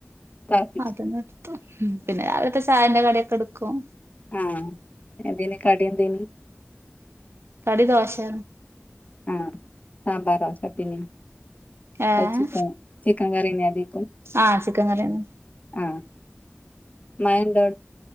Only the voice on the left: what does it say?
തെളപ്പിച്ച്
ആഹ് എതിന് കട്യന്തേനു
ആഹ് സാമ്പാറൊ ചട്ടിനി
അഹ് ചിക്കൻ ചിക്കൻ കറിന്നെയതിക്കും
ആഹ് മയന്തോ